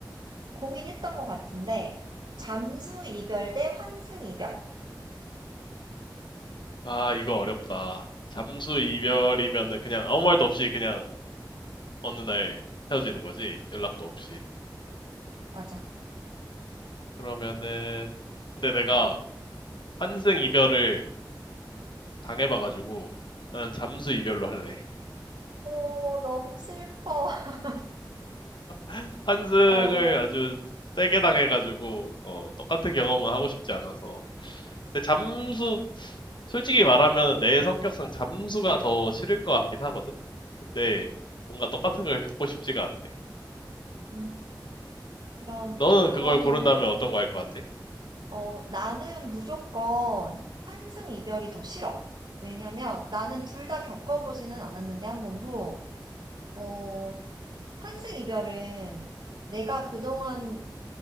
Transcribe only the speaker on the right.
고민했던 것 같은데, 잠수 이별 대 환승 이별.
맞아.
어, 너무 슬퍼. <laughs>
어.
어,
음. 그럼,
어, 이거는,
어, 나는 무조건 환승 이별이 더 싫어. 왜냐면 나는 둘 다 겪어보지는 않았는데 한 번도, 어, 환승 이별은 내가 그동안